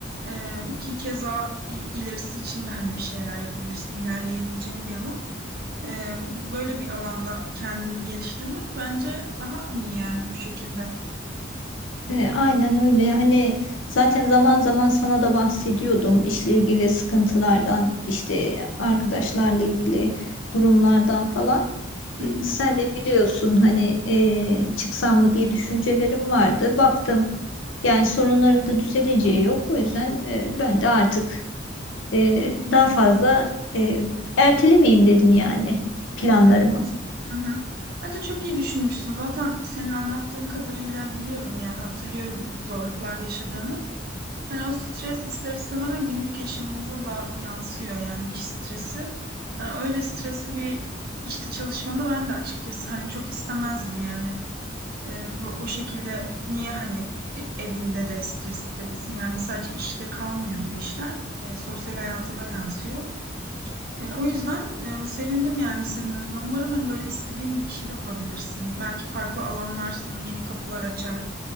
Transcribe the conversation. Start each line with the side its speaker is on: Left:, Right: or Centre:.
Right: Ee, ki keza i- ilerisi için de hani bir şeyler yapabilirsin, ilerleyebileceğin bir alan. Ee, böyle bir alanda kendini geliştirmek bence daha iyi yani bu şekilde.
Left: E, aynen öyle. Hani zaten zaman zaman sana da bahsediyordum işle ilgili sıkıntılardan, işte arkadaşlarla ilgili durumlardan falan. E,
Right: Hı hı,
Left: sen
Right: evet.
Left: de biliyorsun hani e, çıksam mı diye düşüncelerim vardı. Baktım. Yani sorunların da düzeleceği yok. O yüzden e, ben de artık e,
Right: Hı hı,
Left: daha fazla e, ertelemeyeyim dedim yani planlarımı.
Right: evet. Hı hı. Bence çok iyi düşünmüşsün. Zaten senin anlattığın kadarıyla biliyorum yani hatırlıyorum zorluklar yaşadığını. Hani o stres ister istemeden günlük yaşamımıza da yansıyor yani iş stresi. Hani öyle stresli bir işte çalışmanı ben de açıkçası hani çok istemezdim yani. Ee, bu, o şekilde niye hani e- evinde de stres hissedesin? Yani sadece işle kalmıyor bu işler. Ee, sosyal hayata da yansıyor. Ee, o yüzden e, sevindim yani senin adına. Umarım hani böyle istediğin bir işi de bulabilirsin. Belki farklı alanlar sana yeni kapılar açar.